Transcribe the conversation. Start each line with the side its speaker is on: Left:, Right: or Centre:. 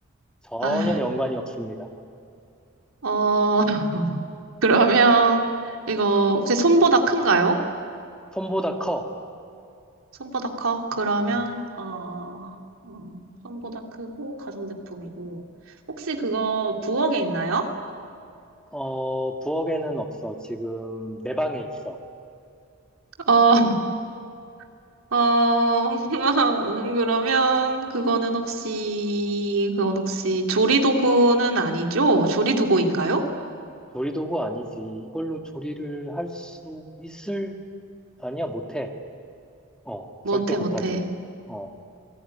Centre: 전혀
Right: 아,
Centre: 연관이 없습니다.
Right: 어, <laughs> 그러면 이거 혹시 손보다 큰가요?
Centre: 손보다 커.
Right: 손보다 커? 그러면
Centre: 음.
Right: 어, 어, 손보다 크고 가전제품이고 혹시 그거 부엌에 있나요?
Centre: 어, 부엌에는 없어. 지금 내 방에 있어.
Right: 어, <laughs> 어, <laughs> 그러면 그거는 혹시, 그건 혹시 조리도구는 아니죠? 조리도구인가요?
Centre: 조리도구 아니지. 이걸로 조리를 할 수 있을? 아니야, 못해. 어,
Right: 못해,
Centre: 절대 못하지.
Right: 못해.
Centre: 어,